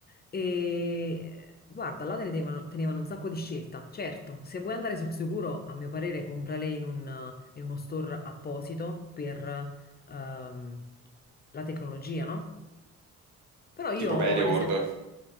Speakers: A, on the left; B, on the right.
A: E guarda, là te ne tenevano, tenevano un sacco di scelta. Certo, se vuoi andare sul sicuro, a mio parere, comprale in un- in uno store apposito per ehm, la tecnologia, no? Però io,
B: Tipo media
A: ad
B: world.
A: esempio...